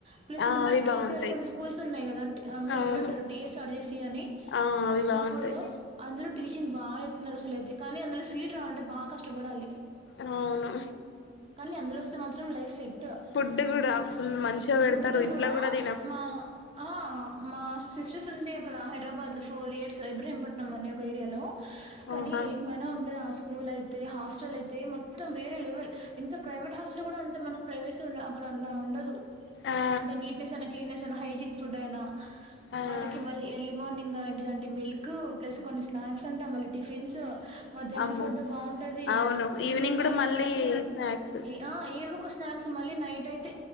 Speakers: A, on the right; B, on the left.
A: ప్లస్
B: ఆ
A: ఇది మన
B: అవి
A: కే.
B: బాగుంటాయి
A: సీ. ఆర్ కొన్ని స్కూల్స్ ఉన్నాయి కదా. మీరు
B: అవును
A: వినుంటారు టీ. ఎస్. ఆర్ట్ చేసి అని
B: ఆ అవి బాగుంటాయి
A: ఆ స్కూల్లో అందరూ టీచింగ్ బాగా చెప్తున్నారసలు అయితే కానీ. అందులో సీట్ రావాలంటే బాగా కష్టపడాలి.
B: అవును
A: కానీ అందులో వస్తే మాత్రం లైఫ్ సెట్
B: ఫుడ్ గూడా ఫుల్ మంచిగా పెడతారు.
A: ఫుడ్
B: ఇంట్ల
A: కూడా
B: గూడా ది
A: మా ఆ మా హస్ట్ సిస్టర్స్ ఉండే. అక్కడ హైదరాబాద్లో ఫోర్ ఇయర్స్ ఇబ్రహీంపట్నం అనే ఒక ఏరియాలో. కానీ
B: ఓహా
A: ఏమైనా ఉండేనా ఆ స్కూల్ అయితే, హాస్టల్ అయితే మొత్తం వేరే లెవెల్. ఏంత ప్రైవేట్ హాస్టల్ గూడా అంత మన ప్రైవేసీ ఉన్ అక్కడ అండ ఉండదు.
B: ఆ
A: అంటే నీట్నెస్ అనే హైజిన్ ఫుడ్ అయినా,
B: ఆ
A: వాళ్లకి మళ్ళీ ఎర్లీ మార్ లింగా ఏంటిదాంటే మిల్క్ ప్లస్ కొన్ని స్నాక్స్ అంటా. మళ్ళీ టిఫిన్స్. మధ్యాహ్నం
B: అమ్మో
A: ఫుడ్ బాగుంటది,
B: అవును
A: ఈవినింగ్
B: కూడా
A: మళ్ళీ స్నాక్స్,
B: స్నాక్స్
A: ఆ ఏమోక స్నా స్నాక్స్ మళ్ళీ నైట్ అయితే.